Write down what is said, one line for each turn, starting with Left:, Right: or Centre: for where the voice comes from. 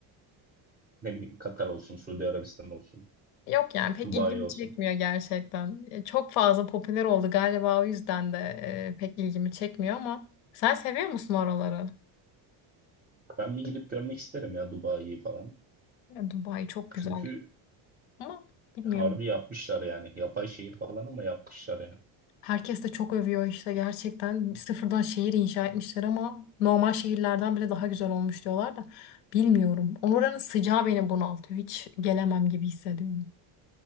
Right: Ne bileyim Katar olsun, Suudi Arabistan olsun,
Left: Yok yani pek
Right: Dubai
Left: ilgimi
Right: olsun.
Left: çekmiyor gerçekten. E, Çok fazla popüler oldu galiba o yüzden de e, pek ilgimi çekmiyor ama sen seviyor musun oraları?
Right: Ben bir gidip görmek isterim ya Dubai'yi falan.
Left: E, Dubai çok güzel
Right: Çünkü
Left: ama bilmiyorum.
Right: harbi yapmışlar yani. Yapay şehir falan ama yapmışlar yani.
Left: Herkes de çok övüyor işte gerçekten sıfırdan şehir inşa etmişler ama normal şehirlerden bile daha güzel olmuş diyorlar da bilmiyorum. Oranın sıcağı beni bunaltıyor. Hiç gelemem gibi hissediyorum.